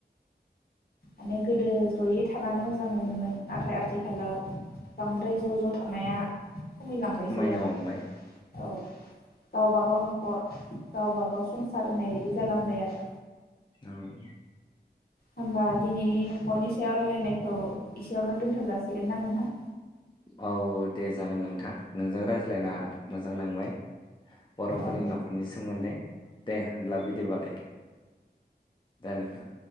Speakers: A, on the left (about 60°); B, on the left (about 25°).
A: माने गोदो जयै थानानै मोजां मोनोमोन नाथाय आथिखालाव बांद्राय ज ज थानाया खमायलांबायसै
B: खमायनो
A: आरो
B: हमबाय
A: औ गावबागाव न'खर गावबा गाव सं फारनाय बायदि जालांबाय आरो
B: औ
A: होमबा दिनैनि नखरनि सायाव रायलायनायखौ एसेयावनो दोनथ जाासिगोन ना नोंथां
B: औ दे जागोन नोंथां नोंजों रायज्लायना मोजां नांबाय बर'फोरनि
A: औ
B: नखरनि सोमोन्दै दे होनला बिदबालाय दे नोंथां